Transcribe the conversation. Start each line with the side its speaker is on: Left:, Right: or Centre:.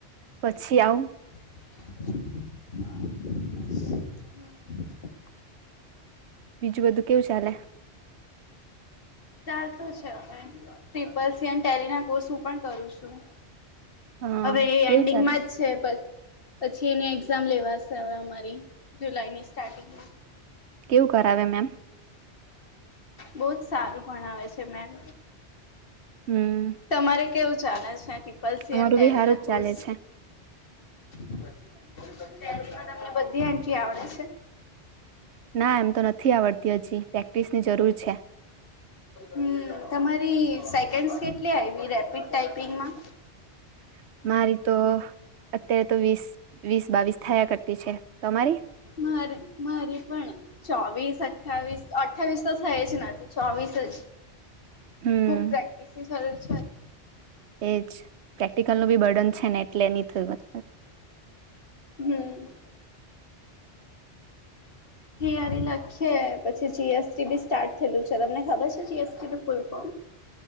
Right: પછી આવુ
Left: <inaudible>
Right: બીજું બધું કેવું ચાલે.
Left: ચાલતું છે હવે ટપલ સરી ના કોર્સ હું પણ કરું છું.
Right: હા
Left: હવે
Right: કેવું
Left: એન્ડિંગમાં
Right: ચાલે
Left: જ છે પસ્ પછી એની એક્ઝામ લેવાશે હવે અમારી જુલાઈની સ્ટાર્ટિંગમાં.
Right: કેવું ઘ આવે મેમ.
Left: બહ જ સારું પણ આવે છે મેમ
Right: હમ
Left: તમારે. કેવું ચાલે છે ટપલ સ
Right: અમારું
Left: એટે
Right: બી હારું
Left: ના
Right: જ
Left: કોર્સ.
Right: ચાલે છે.
Left: માં તમને બધી આંટી આવડે છે.
Right: ના એમ તો નથી આવડતી હજી પ્રેક્ટિસની જરૂર છે.
Left: હમ તમારી સેકન્ડસ કેટલી આવી રેપિડ ટાઈપિંગમાં
Right: <inaudible> મારી તો અત્યારે તો વીસ વીસ બાવીસ થયા કરતી છે તમારી
Left: મારે મારી પણ ચો વીસ અઠ્ઠાવીસ અઠ્ઠાવીસ તો થઈ જ નથી ચોવીસ જ
Right: હમ
Left: ખૂબ પ્રેક્ટિસ સરવીસ્
Right: એજ પ્રેક્ટિકલ ન બી બર્ડન છે ને એટલે નની થયું.
Left: હમ હી અને લખીયે પછી જીએસટી બી સ્ટાર્ટ થયેલું છે તમને ખબર છે જીએસટી નું ફૂલ ફોર્મ